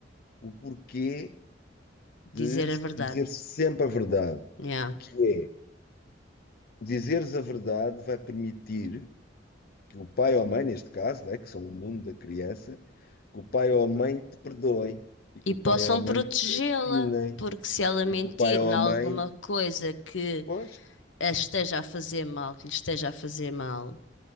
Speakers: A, on the left (about 55°); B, on the left (about 80°).
A: o porquê de
B: Dizer
A: se
B: a verdade.
A: dizer sempre a verdade,
B: Yeah.
A: que é, o dizeres a verdade vai permitir que o pai ou a mãe, neste caso, né, que são o mundo da criança, que o pai ou a mãe te perdoem e que
B: E
A: o
B: possam
A: pai ou a mãe
B: protegê-la,
A: te ensinem
B: porque se ela
A: e
B: mentir
A: que o pai ou
B: em
A: a
B: alguma
A: mãe.
B: coisa que
A: Pois,
B: a esteja a fazer mal, que lhe esteja a fazer mal,